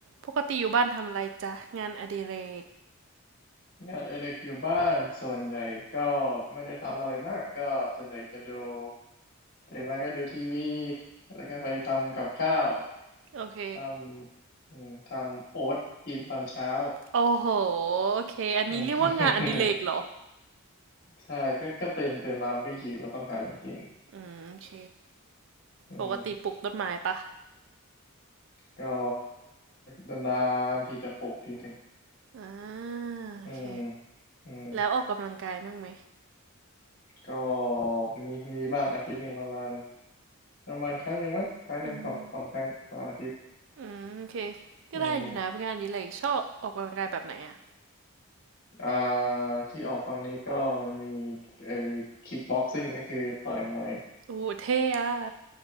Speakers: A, on the right (about 60°); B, on the left (about 45°).
A: ปกติอยู่บ้านทำอะไรจ๊ะงานอดิเรก
B: งานเอดิเด็กอยู่บ้านส่วนใหญ่ก็ไม่ได้ทำอะไรมากก็ส่วนใหญ่จะดูตื่นมาก็ดูทีวีแล้วก็ไปทำกับข้าว
A: โอเค
B: ทำอืมทำโอ๊ตกินตอนเช้า
A: โอ้โหโอเคอันนี้เรียกว่างานอดิเรกเหรอ
B: <laughs> อืม <laughs> ใช่ก็ก็ตื่นตื่นมามันก็หิวก็ต้องหาอะไรกิน
A: อืมโอเค
B: อืม
A: ปกติปลูกต้นไม้ปะ
B: ก็ก็นานๆที่จะปลุกทีหนึ่ง
A: อ่าโอเค
B: อืมอืม
A: แล้วออกกำลังกายบ้างไหม
B: ก็มีมีบ้างอาทิตย์หนึ่งประมาณประมาณครั้งหนึ่งมั้งครั้งหนึ่งสองสองครั้งต่ออาทิตย์
A: อืมอืมโอเคก็ได้อยู่นะเป็นงานอดิเรกชอบออกกำลังกายแบบไหนอ่ะ
B: อืม อ่าที่ออกตอนนี้ก็มันมีไอ้คิกบ็อกซิ่งก็คือต่อยมวย
A: โอ้เท่อะ